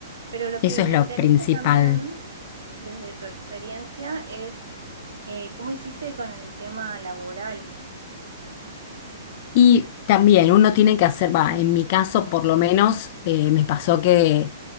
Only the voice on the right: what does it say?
Pero lo que
me
interesa
también, desde tu experiencia, es eh, cómo hiciste con el tema laboral.